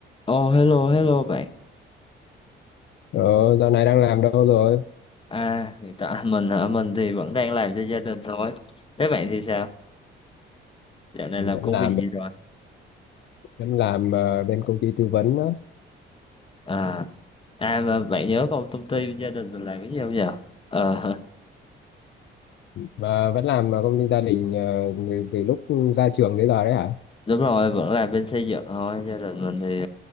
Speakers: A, on the left (about 25°); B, on the left (about 65°).
A: Oh hello hello bạn.
B: Ờ, dạo này đang làm đâu rồi?
A: À hiện tại mình hả? Mình thì vẫn đang làm cho gia đình thôi. Thế bạn thì sao? Dạo này
B: Ừ.
A: làm
B: Vẫn
A: công
B: làm
A: việc gì rồi?
B: vẫn làm ờ, bên công ty tư vấn đó.
A: À à mà bạn nhớ công công ty gia đình mình làm cái gì không giờ? Ờ
B: Mà vẫn làm ờ, công ty gia đình ờ, từ từ lúc ra trường đến giờ đấy hả?
A: <laughs> đúng rồi vẫn làm bên xây dựng thôi. Gia đình mình thì